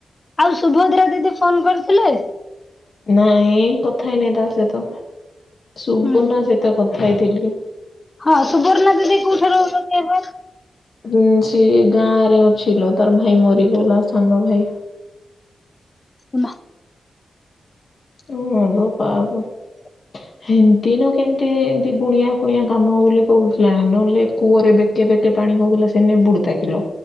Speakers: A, on the left; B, on the left.
A: ଆଉ ସୁଭଦ୍ରା ଦିଦି ଫୋନ କରିଥିଲେ?
B: ନାଇଁ କଥା ହେଇନି ତା ସହିତ। ସୁବର୍ଣ
A: ହୁଁ
B: ସହିତ କଥା ହେଇଥିଲି।
A: ହଁ ସୁବର୍ଣ୍ଣା ଦିଦି କୋଉଠି ରହୁଛନ୍ତି ଏବେ?
B: ହୁଁ ସିଏ ଗାଁ ରେ ଅଛି ଲୋ ତାର ଭାଇ ମରିଗଲା ସାନ ଭାଇ।
A: ଉମା
B: ହୁଁ ଲୋ ପାବ
A: <inaudible>
B: ଏମିତି ନ କେମତି ଏମିତି ଗୁଣିଆ ଫୁଣିଆ କାମ ବୋଲି କହୁଥିଲା ନହେଲେ କୂଅରେ ବେ କେବେ କେ ପାଣି ହଉଗାଲା ସେନେ ବୁଡୁତା ଗିଲ